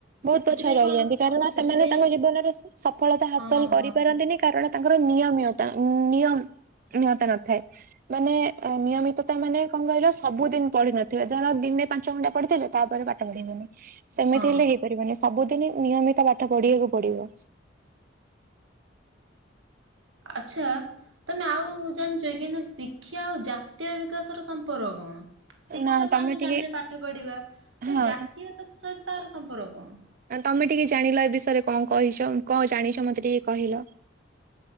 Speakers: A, on the right; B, on the right.
A: ବହୁତ ପଛ
B: ସେଥିପାଇଁ
A: ରହିଥାଆନ୍ତି।
B: କଣ
A: କାରଣ
B: ହଁ
A: ସେମାନେ
B: ସେଥିପାଇଁ
A: ତାଙ୍କ ଜୀବନରେ ସଫଳତା ହାସଲ
B: ହଁ
A: କରିପାରନ୍ତିନି
B: ହଁ
A: କାରଣ ତାଙ୍କର
B: ହଁ
A: ନିୟମୀ ଅଛି। ତା ନିୟମ ନିହତ ନଥାଏ। ମାନେ ନିୟମିତତା ମାନେ କଣ କହିଲ ସବୁଦିନ ପଢିିନଥିବ ଧଣ ଦିନେ ପାଞ୍ଚ ଘଣ୍ଟା ପଢିଥିଲେ। ତାପରେ ପାଠ ପଢିବନି। ସେମିତି
B: ହଁ
A: ହେଲେ ହେଇପାରିବନି ସବୁଦିନ ନିୟମିତ ପାଠ ପଢିବାକୁ ପଡିବ।
B: ଆଚ୍ଛା ତମେ ଆଉ ଜାଣିଚ କି ନା ଶିକ୍ଷା ଆଉ ଜାତୀୟ ବିକାଶର ସମ୍ପର୍କ କଣ? ଶିକ୍ଷା
A: ନା ତମେ
B: ତ ଆମେ
A: ଟିକେ
B: ଜାଣିଲେ ପାଠ ପଢିବା। ତ
A: ହଁ
B: ଜାତୀୟତା ସହିତ ତାର ସମ୍ପର୍କ କଣ?
A: ଆଁ ତମେ ଟିକେ ଜାଣିଲ ଏ ବିଷୟରେ କଣ କହିଚ କଣ ଜାଣିଚ ମତେ ଟିକେ କହିଲ?